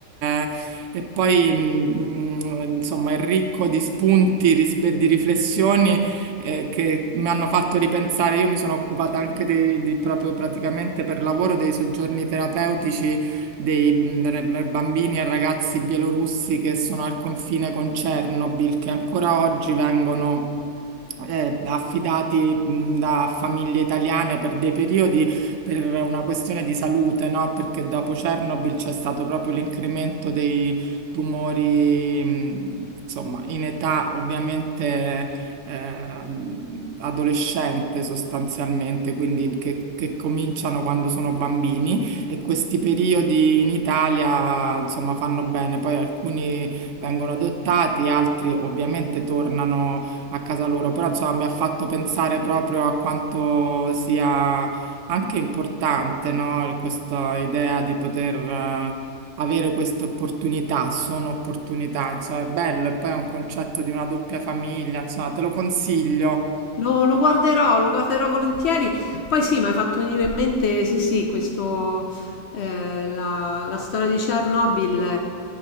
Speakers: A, on the right (about 70°); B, on the left (about 65°).
A: è- e poi mm, mm, insomma è ricco di spunti, ris- e di riflessioni eh, che mi hanno fatto ripensare. Io mi sono occupata anche di, di proprio praticamente per lavoro dei soggiorni terapeutici dei mm, re- bambini e ragazzi bielorussi che sono al confine con Chernobyl, che ancora oggi vengono eh, affidati mh, da famiglie italiane per dei periodi per una questione di salute, no? Perché dopo Chernobyl c'è stato proprio l'incremento dei tumori, mh, insomma, in età ovviamente eh, adolescente sostanzialmente, quindi che, che cominciano quando sono bambini e questi periodi in Italia, insomma, fanno bene. Poi alcuni vengono adottati, altri ovviamente tornano a casa loro, però insomma mi ha fatto pensare proprio a quanto sia anche importante, no? Il- Questa idea di poter eh, avere queste opportunità, sono opportunità, insomma è bello e poi è un concetto di una doppia famiglia, insomma te lo consiglio.
B: Lo, lo guarderò, lo guarderò volentieri. Poi sì, mi hai fatto venire in mente, sì, sì, questo, eh, la, la storia di Chernobyl, eh,